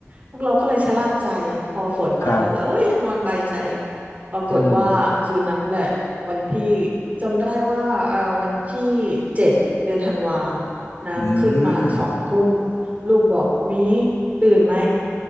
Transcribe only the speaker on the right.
พวกเราก็เลยชะล่าใจพอฝนมาแล้วก็เอ้ยยังนอนใบายใจ
ปรากฏว่าคืนนั้นแหละวันที่
จำได้ว่าเอ่อวันที่เจ็ดเดือนธันวาน้ำขึ้นมาสองทุ่ม
ลูกบอกมีตื่นไหม